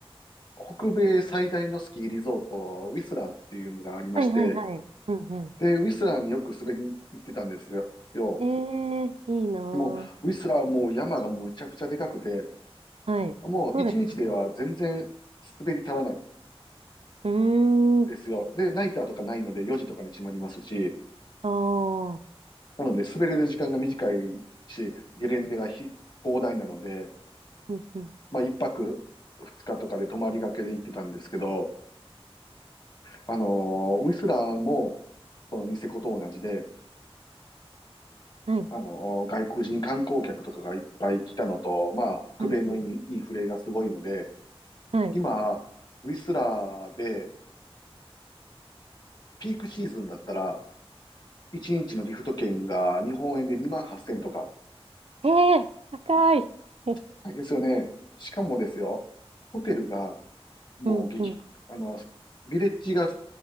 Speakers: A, on the left; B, on the right.
A: 北米最大のスキーリゾート、ウィスラーっていうのがありまして、
B: はいはいはい。うんう
A: で、ウィスラーによく滑りに行ってたんですよ。よ
B: ん。えー、いいなぁ。
A: もう、ウィスラーはもう山がむちゃくちゃでかくて、
B: はい。
A: もう一日では全然
B: そうですよね。
A: 滑り足らない
B: うーん。
A: ですよ。で、ナイターとかないので4時とかに閉まりますし、
B: ああ。
A: なので、滑れる時間が短いし、ゲレンデがひ広大なので、
B: うんうん。
A: まあ、一泊二日とかで泊まりがけで行ってたんですけど、あのーウィスラーも、このニセコと同じで、
B: はい。
A: あのー外国人観光客とかがいっぱい来たのと、まあ、北米のイン、
B: うんうん。
A: インフレがすごいので、
B: はい。
A: 今、ウィスラーで、ピークシーズンだったら、1日のリフト券が日本円で2万8000とか、
B: ええー、高い。<laughs>
A: 高いですよね。しかもですよ、ホテルがもう激、
B: うんうん。
A: あの、ビレッジが、